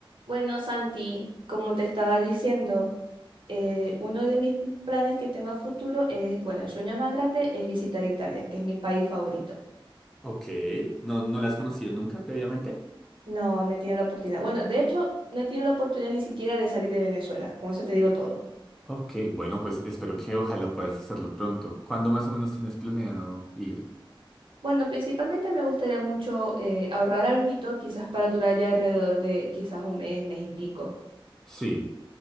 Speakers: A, on the right; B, in the centre.
A: Bueno, Santi, como te estaba diciendo, eh, uno de mis planes que tengo a futuro es, bueno, el sueño más grande es visitar Italia, que es mi país favorito.
B: Ok, ¿no, no la has conocido nunca previamente?
A: No, no he tenido la oportunidad. Bueno, de hecho, no he tenido la oportunidad ni siquiera de salir de Venezuela. Con eso te digo todo.
B: Ok, bueno, pues espero que ojalá puedas hacerlo pronto. ¿Cuándo más o menos tienes planeado ir?
A: Bueno, principalmente me gustaría mucho eh, ahorrar alguito, quizás para durar ya alrededor de quizás un mes, mes y pico.
B: Sí.